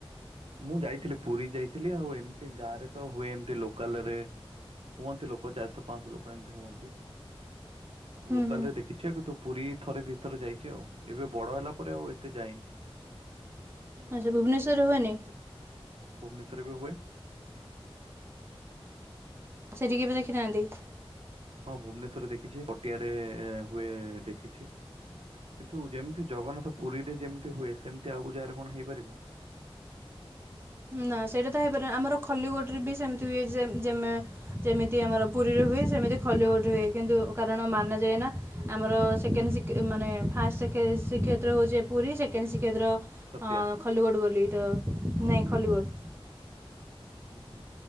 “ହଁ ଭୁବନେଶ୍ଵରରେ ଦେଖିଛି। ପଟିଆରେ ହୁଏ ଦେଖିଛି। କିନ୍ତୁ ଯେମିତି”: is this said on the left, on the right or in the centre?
Right